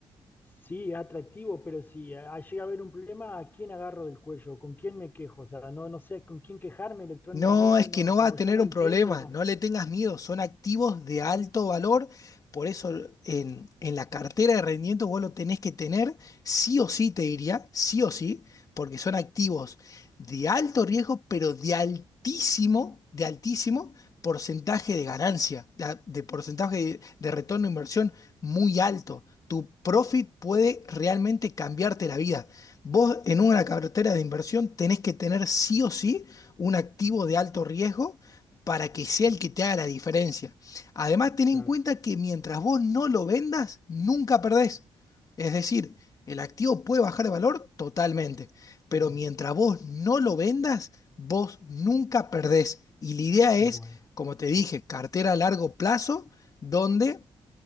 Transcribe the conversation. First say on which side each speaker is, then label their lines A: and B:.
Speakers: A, on the left; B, on the left.
A: Sí, es atractivo, pero si eh, ah, llega a haber un problema, ¿a quién agarro del cuello? ¿Con quién me quejo? O sea, no, no sé con quién quejarme electrónicamente,
B: No, es
A: no,
B: que no
A: como
B: va a tener
A: yo no
B: un
A: entiendo.
B: problema, no le tengas miedo, son activos de alto valor, por eso en, en la cartera de rendimiento vos lo tenés que tener sí o sí, te diría, sí o sí, porque son activos de alto riesgo, pero de altísimo, de altísimo porcentaje de ganancia, de, de porcentaje de, de retorno de inversión muy alto. Tu profit puede realmente cambiarte la vida. Vos en una cartera de inversión tenés que tener sí o sí un activo de alto riesgo para que sea el que te haga la diferencia. Además, ten
A: Claro.
B: en cuenta que mientras vos no lo vendas, nunca perdés. Es decir, el activo puede bajar de valor totalmente, pero
A: Uh,
B: mientras vos no lo vendas, vos nunca perdés. Y la idea
A: bueno.
B: es, como te dije, cartera a largo plazo, donde